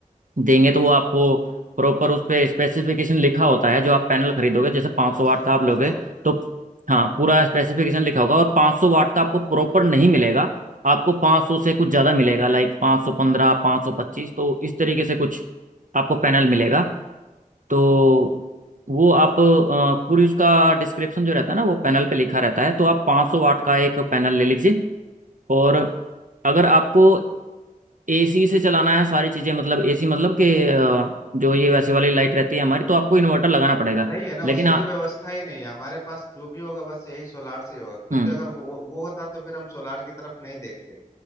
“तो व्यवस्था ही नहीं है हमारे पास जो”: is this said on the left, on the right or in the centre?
Left